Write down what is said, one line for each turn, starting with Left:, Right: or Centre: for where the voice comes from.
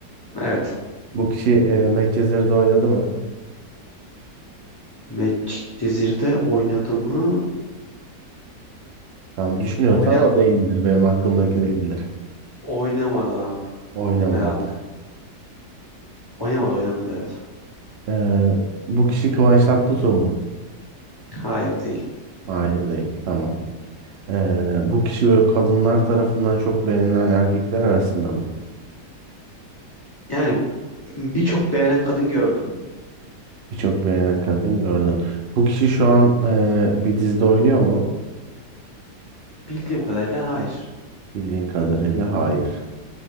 Left: Evet.
Right: Bu kişi e, Medcezir'de oynadı mı?
Left: Medcezir'de oynadı mı?
Right: Tamam düşünüyorsan
Left: Oyna
Right: o değildir. Benim aklımdaki değildir.
Left: oynamadı abi
Right: Oynamadı.
Left: herhalde. Oynamadı oynamadı evet.
Right: Ee, bu kişi Kıvanç Tatlıtuğ mu?
Left: Hayır değil.
Right: Hayır değil. Tamam. Ee, bu kişi böyle kadınlar tarafından çok beğenilen erkekler arasında mı?
Left: Yani birçok beğenen kadın gördüm.
Right: Birçok beğenen kadın gördün. Bu kişi şu an e, bir dizide oynuyor mu?
Left: Bildiğim kadarıyla hayır.
Right: Bildiğin kadarıyla hayır.